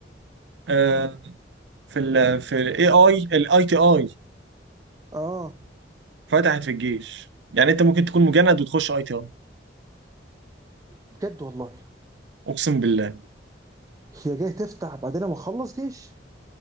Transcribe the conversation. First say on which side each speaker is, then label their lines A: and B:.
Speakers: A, on the right; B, on the right.
A: آه في ال في الاي اي الاي تي اي
B: اه
A: فتحت في الجيش يعني انت ممكن تكون مجند وتخش اي تي اي
B: بجد والله
A: اقسم بالله
B: هي جايه تفتح بعدين ما اخلص جيش